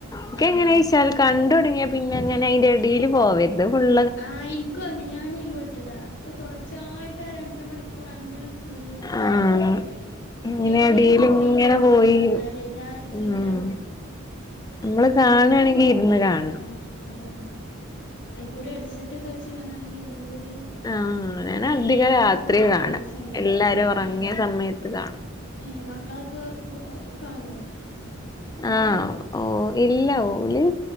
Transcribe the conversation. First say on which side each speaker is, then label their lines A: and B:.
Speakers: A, on the left; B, on the left.
A: ഒക്കെ
B: ആഹ്
A: എങ്ങനെയാച്ചാല് കണ്ടു തുടങ്ങിയാൽ പിന്നെ അങ്ങനെ അതിന്റെ ഇടിയില് പോവ ഇത് ഫുൾ
B: ആഹ് എനിക്കും അങ്ങനാ ഞാനതിൽ പെട്ടതാ തുടർച്ചയായിട്ട് ആഹ് രണ്ടര മണിക്കൂ കുറെ അങ്ങനെടുതീർത്തടുത്ത്
A: ആഹ്
B: കഴിയണം
A: ഇങ്ങനെ
B: ഇടയിൽ
A: എടീൽ
B: പോയി
A: ഇങ്ങനെ
B: കഴിഞ്ഞ്
A: പോയി
B: പിന്നെ വന്നാല് അതിന്റെ ആഹ് ഒരു ത്രിൽ
A: ഉം
B: അങ്ങട് പോവും
A: നമ്മള് കാണാണെങ്കി
B: മറ്റേ
A: ഇരുന്ന് കാണണം
B: ആഹ് അതെന്നെ കൂടെ ഹെഡ്സെറ്റ് ഒക്കെ വെച്ച് കാണയാണെങ്കിൽ ഒന്നും കൂടി
A: ആഹ് ഞാൻ
B: നമ്മള്
A: അധികം
B: തിയേറ്ററിലൊക്കെ
A: രാത്രി
B: പോയി കാണണൊരു
A: കാണാ
B: ഫീൽ
A: എല്ലാരും
B: അറിയാം
A: ഉറങ്ങിയ
B: ഏഹ്
A: സമയത്ത് കാണും
B: ഏഹ് മക്കളൊക്കെ കാണുവോ കൂടെ
A: ആഹ് ഓ ഇല്ല ഓല്